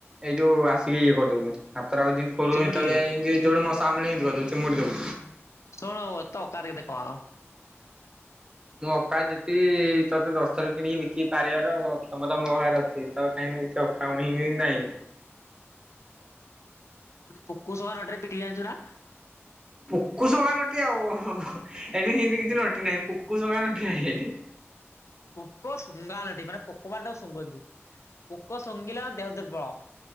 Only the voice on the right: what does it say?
ଏଇ ଯୋଉ ଆସିକି ଇଏ କରିଦବୁ। ହାତରେ ଆଉ ଯିଁତି କରୁ
ହେତେଁବେଳେ
ଇଁତି, ଯଉଠେ ମଶା ଆମୁଡ଼ିଲେଁ, ଚିମୁଡ଼ି ଦବୁ।
ମୁଁ, ଅକାତ ଯେତିକି, ତୋତେ ଦଶଥର କିଣିକି, ବିକି ପାରିବାର କ୍ଷମତା ମୋ ବାଖେରେ ଅଛି। ହେଇ ତ କାହିଁକିନା କିଛି, ଅଖାଉଣୀ ହିଁ କି ନାଇଁ।
ପୋକ ସମାନଟି ଆଉଁ, ହୁଁ, ହୁଁ ଏଠି ହିଁତି କିଛି ନଟି ନାହିଁ। ପୋକ ସମାନଟି ହେଇଠି